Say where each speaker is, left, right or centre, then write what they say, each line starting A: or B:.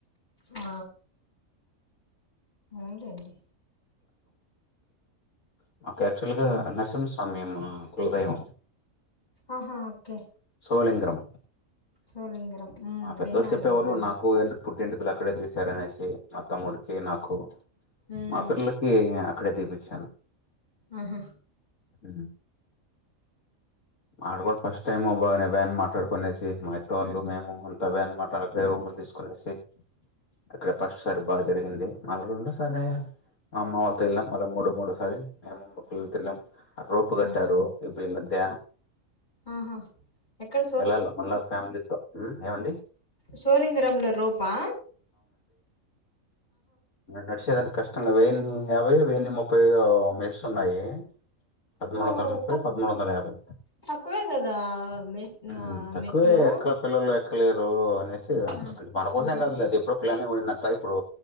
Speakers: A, on the left; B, on the left.
A: ఆ అవునులేండి
B: <unintelligible> హలో మాకు యాక్చువల్గా
A: ఉమ్
B: నరసింహస్వామి మా కులదైవం
A: ఆహా ఓకే
B: సోలింగ్రం
A: సోలింగరం ఉమ్
B: మా పెద్దళ్ళ
A: విన్నాను
B: చెప్పేవాళ్ళు
A: విన్నాను
B: నాకు ఎ పుట్టి ఎ లా కడ దసారనేసి మా తమ్ముడికి నాకు
A: ఉమ్
B: మా పిల్లలకి అక్కడే తీపించ
A: ఆహా
B: అ మాడు కూడా ఫస్ట్ టైమ్ బాగానే బ్యాన్ మాట్లాడుకునేసి మా ఇత్తళ్లు మేము అంత బ్యాన్ మాట్లాడక తీసుకునేసి అక్కడ ఫస్ట్ సారి బాగా జరిగింది మళ్ళ రెండు సారీ మా అమ్మ వాళ్ళ త వెళ్ళాంళ్ మూడు మూడు సారి మేముమ్మక్క తెళ్ళాం రూపుగట్టారు
A: ఉమ్
B: ఇప్పు ఈ మధ్య
A: ఆహా ఎక్కడ
B: వెళ్ళాల మళ్ళా ఫ్యామిలీతో ఏమండి
A: సోళంగరంలో రూపా
B: నడిచద కష్టంగా వను యాభై వెయ్యి ముప్పై మేట్స్ ఉన్నాయి పదమూడు
A: ఓ
B: వందల ముప్పై
A: తక్
B: పద్మూడు వందల యాభై
A: తక్కువే కదా మెట్
B: మ్ తక్కువే
A: మెట్లు
B: ఎక్క పిల్లలు ఎక్కలేరు అనేసి, అంటె
A: ఆ
B: మా మనకోసం
A: ఆహా
B: కాదులే. అదెప్పుడో పియానో కొనిందంట ఇప్పుడు